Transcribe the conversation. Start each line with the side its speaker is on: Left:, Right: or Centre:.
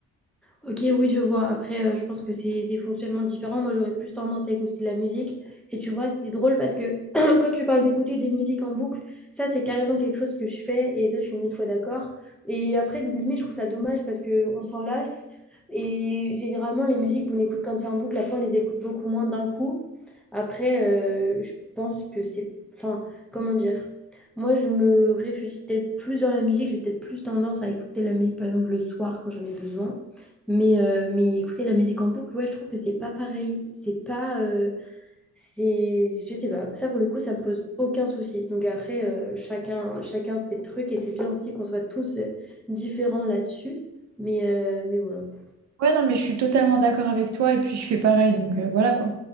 Centre: Ok, oui, je vois. Après, euh, je pense que c'est des fonctionnements différents. Moi, j'aurais plus tendance à écouter de la musique. Et tu vois, c'est drôle parce que <clears throat> quand tu parles d'écouter des musiques en boucle, ça, c'est carrément quelque chose que je fais. Et ça, je suis mille fois d'accord. Et après, limite, je trouve ça dommage parce qu'on s'en lasse. Et généralement, les musiques qu'on écoute comme ça en boucle, après, on les écoute beaucoup moins d'un coup. Après, euh, je pense que c'est... Enfin, comment dire? Moi, je me réfugie peut-être plus dans la musique. J'ai peut-être plus tendance à écouter la musique, par exemple, le soir quand j'en ai besoin. Mais, euh, mais écouter la musique en boucle, ouais, je trouve que c'est pas pareil. C'est pas. euh, c'est, je sais pas. Ça, pour le coup, ça me pose aucun souci. Donc après, euh, chacun, chacun ses trucs et c'est bien aussi qu'on soit tous euh, différents là-dessus. Mais, euh, mais voilà.
Right: Ouais, non, mais je suis totalement d'accord avec toi et puis je fais pareil, donc euh, voilà quoi.